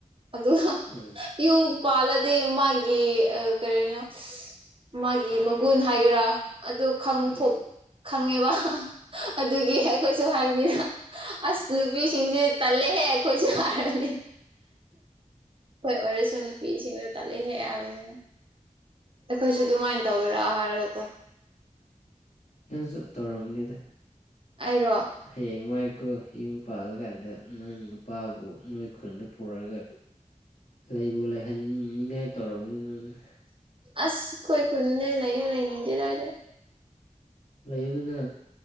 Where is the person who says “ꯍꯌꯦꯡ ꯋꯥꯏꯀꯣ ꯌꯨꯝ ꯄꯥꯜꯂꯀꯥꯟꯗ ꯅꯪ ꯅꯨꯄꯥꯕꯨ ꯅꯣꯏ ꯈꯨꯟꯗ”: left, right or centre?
Left